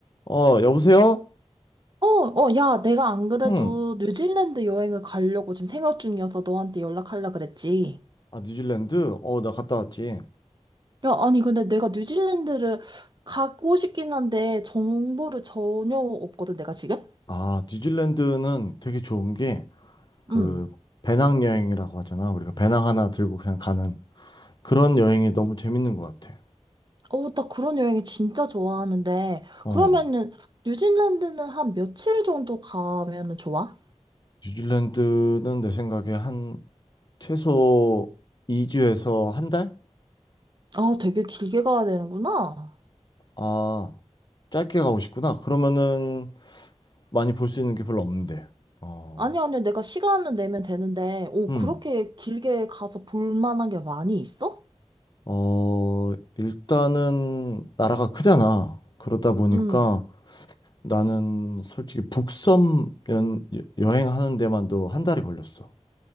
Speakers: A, on the left; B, on the right.
A: 어, 여보세요?
B: 어, 어, 야, 내가 안 그래도
A: 응.
B: 뉴질랜드 여행을 가려고 지금 생각 중이어서 너한테 연락하려 그랬지.
A: 아, 뉴질랜드? 어, 나 갔다 왔지.
B: 야, 아니, 근데 내가 뉴질랜드를 가고 싶긴 한데 정보를 전혀 없거든, 내가 지금?
A: 아, 뉴질랜드는 되게 좋은 게, 그,
B: 응.
A: 배낭여행이라고 하잖아. 우리가 배낭 하나 들고 그냥 가는 그런 여행이 너무 재밌는 것 같아.
B: 어, 나 그런 여행이 진짜 좋아하는데,
A: 어,
B: 그러면은 뉴질랜드는 한 며칠 정도 가면은 좋아?
A: 뉴질랜드는 내 생각에 한 최소 2주에서 한 달?
B: 아, 되게 길게 가야 되는구나.
A: 아, 짧게 가고 싶구나. 그러면은 많이 볼 수 있는 게 별로 없는데. 어,
B: 아니, 아니, 내가 시간을 내면 되는데, 오,
A: 음.
B: 그렇게 길게 가서 볼 만한 게 많이 있어?
A: 어, 일단은 나라가 크잖아. 그러다 보니까
B: 응.
A: 나는 솔직히 북섬 연, 여- 여행하는 데만도 한 달이 걸렸어.